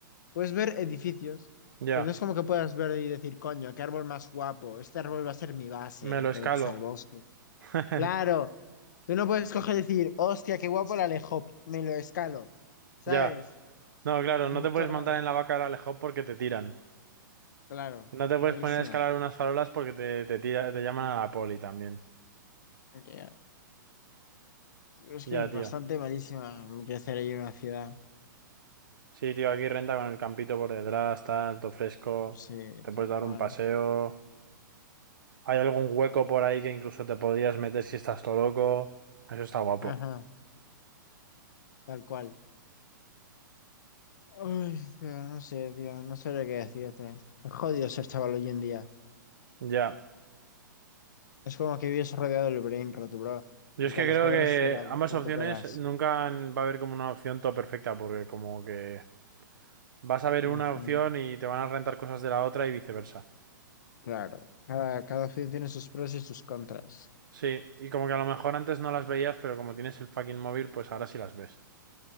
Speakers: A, on the left; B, on the right.
A: puedes ver edificios,
B: Ya,
A: pero no es como que puedas ver y decir, coño, qué árbol más guapo, este árbol va a ser mi base
B: me
A: y
B: lo
A: te
B: escalo.
A: metes al bosque.
B: <laughs>
A: Claro, tú no puedes coger y decir, hostia, qué guapo el alejop, me lo escalo, ¿sabes?
B: Ya.
A: <laughs>
B: No, claro,
A: Como
B: no te puedes
A: todo raro.
B: montar en la vaca del Alejo porque te tiran.
A: Claro,
B: No te
A: malísima.
B: puedes poner a escalar unas farolas porque te, te tira, te llaman a la poli también.
A: Ya. Es
B: Ya,
A: que es
B: tío.
A: bastante malísima crecer ahí en una ciudad.
B: Sí, tío, aquí renta con el campito por detrás, tal, todo fresco.
A: Sí,
B: Te
A: tal
B: puedes dar
A: cual.
B: un paseo. Hay algún hueco por ahí que incluso te podrías meter si estás todo loco. Eso está guapo.
A: Ajá. Tal cual. Uy, pero no sé, tío, no sabría qué decirte. Es jodido ser chaval hoy en día.
B: Ya.
A: Es como que vives rodeado del brain rot, bro.
B: Yo
A: Y
B: es
A: que
B: que
A: a los
B: creo
A: padres
B: que
A: se la
B: ambas
A: puto
B: opciones
A: pelas.
B: nunca va a haber como una opción todo perfecta, porque como que vas a ver
A: Ujú,
B: una opción y te van a rentar cosas de la otra y viceversa.
A: Claro. Cada, cada opción tiene sus pros y sus contras.
B: Sí, y como que a lo mejor antes no las veías, pero como tienes el fucking móvil, pues ahora sí las ves.